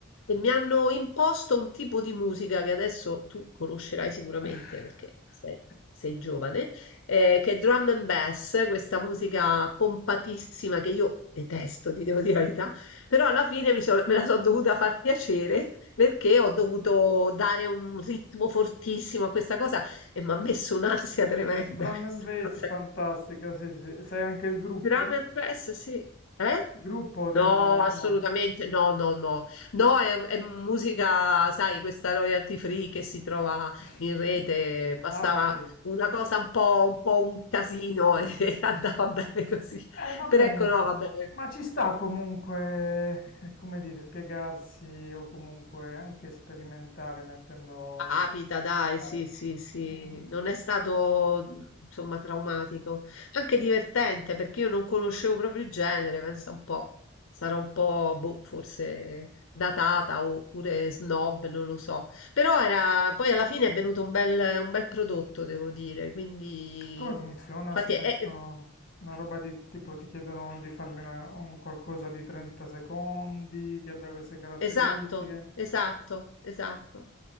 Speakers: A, on the left; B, on the left.
A: e
B: sì.
A: mi hanno imposto un tipo di musica che adesso tu conoscerai sicuramente
B: <laughs>
A: perché sei, sei giovane, eh, che è drum and bass, questa musica pompatissima che io detesto, ti devo dire la verità, però alla fine mi sono- me la sono dovuta far piacere perché ho dovuto dare un ritmo fortissimo a questa cosa e mi ha messo un'ansia tremenda
B: Drum
A: <laughs> questa
B: and Bass,
A: cosa
B: fantastica, sì, sì. sì. Sai anche il gruppo?
A: Drum and bass, sì. Eh?
B: Gruppo ti
A: No,
B: hanno... No.
A: assolutamente, no, no, no. No, è, è musica, sai, questa royalty free che si trova
B: <laughs>
A: in rete, bastava
B: Ah, ok.
A: una cosa un po', un po' un casino e <laughs> andava bene così.
B: Eh, va bene,
A: Però ecco, no, va bene.
B: ma ci sta comunque, eh, come dire, piegarsi o comunque anche sperimentare mettendo
A: Capita
B: la...
A: dai,
B: Dai.
A: sì, sì, sì,
B: Ah.
A: non è stato mh, insomma traumatico, anche divertente perché io non conoscevo proprio il genere, pensa un po', sarò un po', boh, forse datata oppure snob, non lo so, però era, poi alla fine è venuto un bel, un bel prodotto, devo dire, quindi
B: Come funziona?
A: infatti
B: Si mettono
A: è,
B: una roba di tipo, ti chiedono di farmi una- un qualcosa di 30 secondi, che abbia queste caratteristiche.
A: Esatto, esatto, esatto.